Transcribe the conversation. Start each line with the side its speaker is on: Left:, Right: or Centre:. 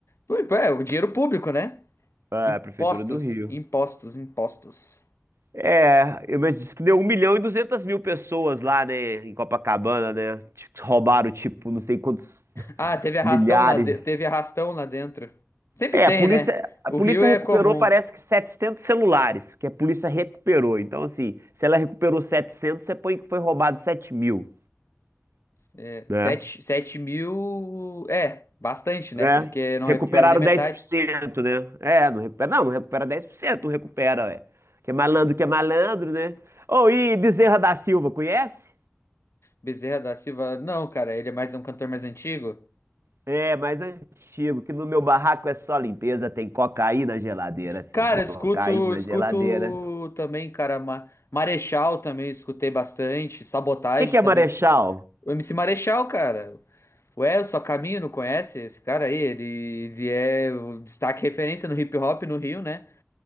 Left: Ui, pô, É, o dinheiro público, né?
Right: Ah,
Left: Impostos,
Right: Prefeitura do Rio.
Left: impostos, impostos.
Right: É, eu- mas disse que deu um milhão e 200 mil pessoas lá, né, em Copacabana, né? Tipo, Roubaram, tipo, não sei quantos
Left: Ah, teve arrastão
Right: milhares.
Left: lá, de- teve arrastão lá dentro. Sempre
Right: É,
Left: tem,
Right: a polícia,
Left: né?
Right: a
Left: O
Right: polícia
Left: Rio é
Right: recuperou,
Left: comum.
Right: parece que 700 celulares, que a polícia recuperou. Então, assim, se ela recuperou 700 você põe que foi roubado 7 mil,
Left: É,
Right: né?
Left: Sete, sete mil é bastante, né?
Right: né?
Left: Porque não
Right: Recuperaram
Left: recupera nem metade.
Right: dez por cento né? É, não recupera, não, não recupera 10%, não recupera, ué. Que é malandro, que é malandro, né? Ô, e Bezerra da Silva, conhece?
Left: Bezerra da Silva, não, cara, ele é mais um cantor mais antigo.
Right: É, mais antigo, que no meu barraco é só limpeza, tem cocaína na geladeira, tem
Left: Cara,
Right: cocaína
Left: eu escuto, escuto
Right: na geladeira.
Left: também, cara, Ma- Marechal também escutei bastante, Sabotagem
Right: O que que é
Left: também.
Right: Marechal?
Left: escu- O MC Marechal, cara, Ué, o Caminho, não conhece esse cara aí? Ele, ele é o destaque referência no hip hop no Rio, né?